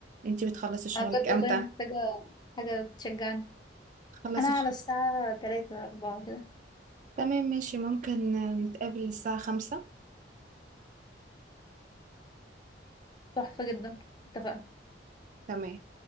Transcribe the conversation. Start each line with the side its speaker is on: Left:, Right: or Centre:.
Right: انتي بتخلصي شغلك
Left: انا بجد
Right: امتى؟
Left: والله محتاجة حاجة تشجعني
Right: خلصي
Left: انا على
Right: ش-
Left: الساعة 3 4 كده
Right: تمام ماشي ممكن نتقابل الساعة خمسة
Left: تحفة جدا اتفقنا
Right: تمام